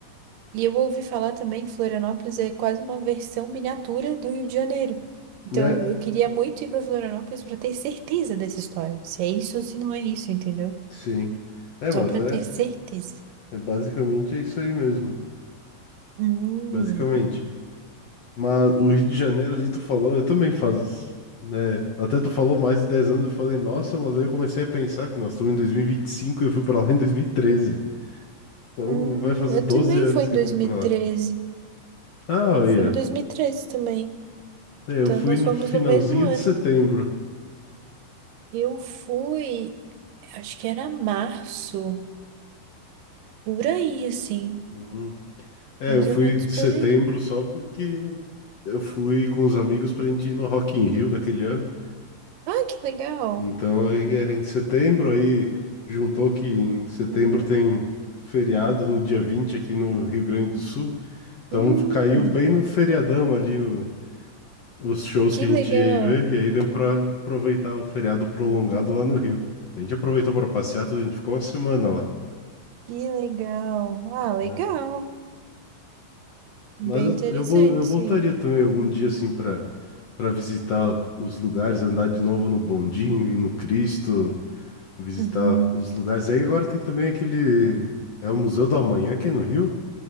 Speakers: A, on the right; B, on the left.
A: E eu ouvi falar também que Florianópolis é quase uma versão miniatura do Rio de Janeiro. Então
B: né?
A: eu queria muito ir para Florianópolis para ter certeza dessa história. Se é isso ou se não é isso, entendeu?
B: Sim. É, mas
A: Só para
B: é,
A: ter certeza.
B: é basicamente é isso aí mesmo.
A: Hum,
B: Basicamente. Mas o Rio de Janeiro ali tu falou, eu também faço, né? Até tu falou mais de 10 anos, eu falei, nossa, mas aí eu comecei a pensar que nós estamos em dois mil e vinte e cinco e eu fui pra lá em dois mil e treze Então
A: hum,
B: vai fazer
A: eu
B: 12
A: também
B: anos
A: fui em
B: que
A: 2013.
B: eu fui pra lá. Ah,
A: Eu
B: olha.
A: fui em 2013 também.
B: É, eu
A: Então
B: fui
A: nós
B: no
A: fomos
B: finalzinho
A: no mesmo ano.
B: de setembro.
A: Eu fui, acho que era março, por aí, assim.
B: Uhum. É,
A: Mais
B: eu fui
A: ou menos
B: em setembro
A: por aí.
B: só porque eu fui com os amigos pra gente ir no Rock in Rio daquele ano.
A: Ah, que legal!
B: Então aí era em setembro, aí juntou que em setembro
A: Uhum.
B: tem feriado no dia 20 aqui no Rio Grande do Sul. Então
A: Hum.
B: caiu bem no feriadão ali o- os shows
A: Que
B: que a
A: legal,
B: gente ia ir ver, e aí deu pra aproveitar o feriado prolongado lá no Rio. A gente aproveitou pra passear, tudo, a gente ficou uma semana lá,
A: que legal. Ah, legal.
B: né?
A: Bem
B: Mas eu,
A: interessante,
B: eu vou, eu voltaria
A: sim.
B: também algum dia assim pra para visitar os lugares, andar de novo no Bondinho e no Cristo. visitar
A: Uhum.
B: os lugares. Aí agora tem também aquele. É o Museu do Amanhã, que é no Rio?